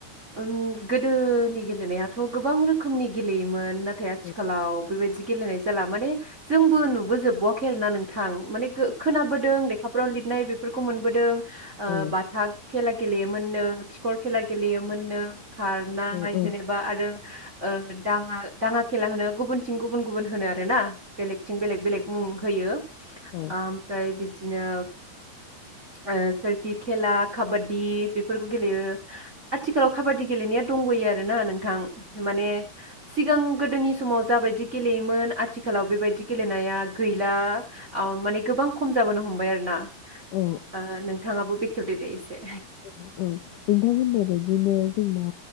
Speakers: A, on the right; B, on the left.
A: ओम गोदोनि गेलेनायाथ' गोबां रोखोमनि गेलेयोमोन ना नाथाय आथिखालाव
B: औ
A: बेबायदि गेलेनाय जाला माने जोंबो नुबोजोबवाखै आरो ना थां माने खोनाबोदों फ्राव लिरनाय बेफोरखौ मोनबोदों आ
B: औ
A: बाथा खेला गेलेयो मोननो खिखर खेला गेलेयोमोननो खारनाय
B: औ
A: जेनेबा आरो ओ दाङा दाङा खेला होनो गुबुनथिं गुबुन गुबुन होनो आरो ना बेलेगथिं बेलेग बेलेग मुं होयो
B: औ
A: आमफ्राय बि दिनो ओ सोरखि खेला खाबादि बेफोरखौ गेलेयो आथिखालाव खाबादि गेलेनाया दंगयो आरोना नोंथां माने सिगां गोदोनि समाव जाबायदि गेलेयोमोन आथिखालाव बेबायदि गेलेनाया गैला आम माने गोबां खम जाबोनो हमबाय आरो ना आ
B: औ
A: नोंथाङाबो बे खेवदो दे इसे
B: औ नोंथां होननाय बायदिनो जोंना